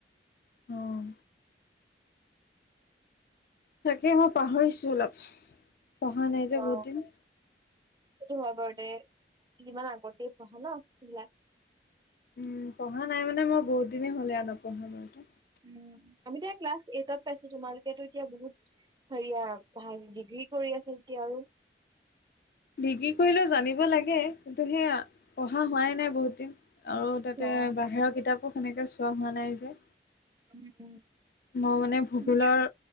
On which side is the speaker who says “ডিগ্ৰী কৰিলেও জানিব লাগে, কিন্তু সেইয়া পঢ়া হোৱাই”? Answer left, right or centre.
Left